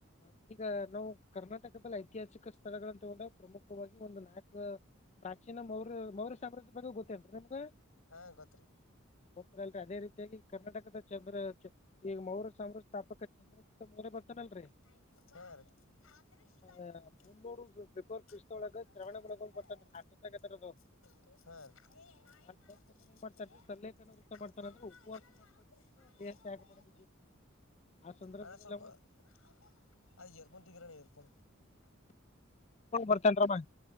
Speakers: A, on the left; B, on the left.
A: <inaudible> ಈಗ ನಾವು ಕರ್ನಾಟಕದಲ್ಲಿ ಐತಿಹಾಸಿಕ ಸ್ಥಳಗಳಂತ ಹೊದಾಗ. ಪ್ರಮುಖವಾಗಿ ಒಂದು ನಲ್ಕು ಟ್ರ್ಯಾಕ್, ಚಿ ಮೌರ್ಯ ಮೌರ್ಯ ಸಾಮ್ರಾಜ್ಯ ಬಗ್ಗೆ ಗೊತ್ತೇ ಅಂತ ನಿಮ್ಗ,
B: ಹಾ ಗೊತ್ರಿ
A: ಹೋಗ್ತಲ್ಲಿಲ್ರಿ ಅದೇ ರೀತಿಯಲ್ಲಿ ಕರ್ನಾಟಕದ ಜನ. ಜೆಬ್ರವರಿ ಕೀತ್, ಈಗ ಮೌರ ಸಾಮ್ರಾ, ಸ್ಪಪಕ ಚಿ <inaudible> ಮರೆ ಬರ್ತಾನಲ್ರರಿ,
B: <unintelligible>
A: ಆ, ಮುನ್ನೂರು ಬಿಫೋರ್ ಕ್ರಿಸ್ತೊಳಗ ಶ್ರವಣ ಬೆಳಗೊಳ ಬರ್ತಾನ ಹಾಸನದಾಗ ಅದಾರ ಅದು ಅಲ್ಲಿ ಬಂದ ತಕ್ಷಣ ಏನ್ ಮಾಡ್ತಾನ್ರಿ ಸಲ್ಲೇಖನ ವೃತ್ತ ಮಾಡ್ತಾನಂದ್ರ ಉಪವಾಸ ಮಾಡ್ಕೊಂಡು ದೇಹ ತ್ಯಾಗ ಮಾಡೋದು ಆ ಸಂದರ್ಭ
B: ಅಣ್ಣ
A: ವಾಲುವ
B: ಸ್ವಲ್ಪ
A: <inaudible>
B: <unintelligible>
A: ಹೋಗಿ ಬರ್ತೇನ್ರಮ್ಮ.